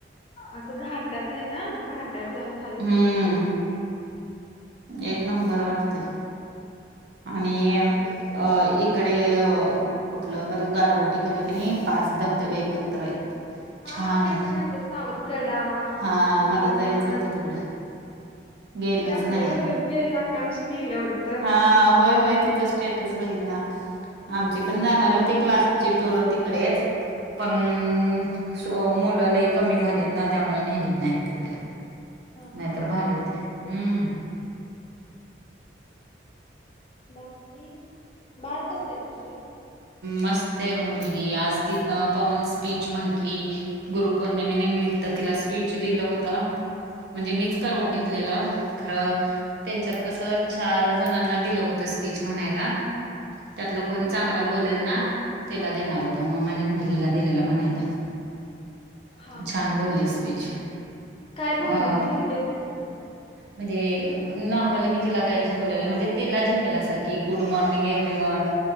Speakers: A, on the left; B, on the right.
A: असं घाटात ए ना घाटात? जाऊन खाली उतराय
B: हम्म
A: लागतय.
B: एक
A: हम्म.
B: नंबर वाटते आणि
A: चांगलं
B: अ
A: आहे ग तिथं.
B: इकडे कुठलं बर गारगोटीकडे कि नाही पाच धबधबे एकत्र आहेत.
A: हा
B: छान
A: माहितय
B: आहेत
A: माहितय सावतकडा
B: हा
A: नंतर
B: मला जायचं
A: ना
B: होतं तिकडं. गेलच
A: ती आपल्या
B: नाही,
A: वर्गातली आकांक्षा गेल्या वाटतं
B: हा होय होय तिथच. स्टेटस बघितला आमची
A: मी
B: पण
A: स्टेटसच
B: जाणार होती
A: बघितलं
B: क्लासची टूर होती. पण अस मुलं लई कमी झालीत ना त्यामुळे नेलीत नाही तिकड,
A: हा
B: नाहीतर
A: काय
B: भारी होते हम्म.
A: बाकी बाळ कस आहे तुझं?
B: मस्त आहे बघ मुलगी आज तिथं पवन स्पीच म्हंटली गुरुपौर्णिमेनिमित्त तिला स्पीच दिल होत. म्हणजे मीच करवून घेतलेलं खरं त्यांच्यात कस चार जणांना दिलं होत स्पीच म्हणायला त्यातलं कोण
A: मग
B: मला
A: पुर्णीला
B: बोलेल
A: पण
B: ना
A: दिलं स्पीच
B: त्याला
A: तिचा
B: देणार होत, मग माझ्या मुलगीला दिलेलं म्हणायला.
A: हा
B: छान
A: हा
B: बोललीस
A: हा
B: स्पीच
A: काय बोलली
B: अ
A: थोडक्यात सांगते
B: म्हणजे नॉर्मली मी तिला काही शिकवलेलं म्हणजे तिला झेपेल अस. कि good morning everyone.